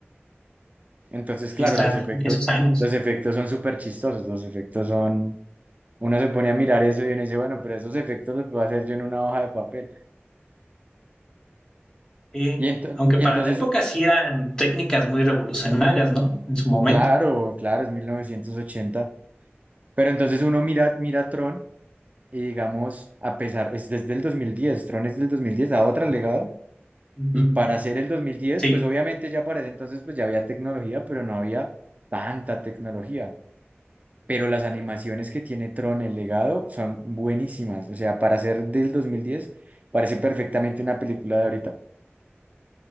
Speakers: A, on the right; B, on the left.
A: Entonces,
B: Sí,
A: claro,
B: está
A: los efectos,
B: en esos años.
A: los efectos son súper chistosos, los efectos son... Uno se pone a mirar eso y uno dice, bueno, pero esos efectos los puedo hacer yo en una hoja de papel.
B: Sí,
A: Y, ento-
B: aunque
A: y
B: para
A: entonces,
B: la época sí eran técnicas muy revolucionarias, ¿no? En su momento.
A: claro, claro, es 1980 pero entonces uno mira, mira Tron y digamos, a pesar, es desde el dos mil diez Tron es del dos mil diez a otro legado
B: Ujú.
A: Y para hacer el dos mil diez
B: Sí.
A: pues obviamente ya para ese entonces pues ya había tecnología, pero no había tanta tecnología. Pero las animaciones que tiene Tron, el legado, son buenísimas. O sea, para hacer del 2010 parece perfectamente una película de ahorita.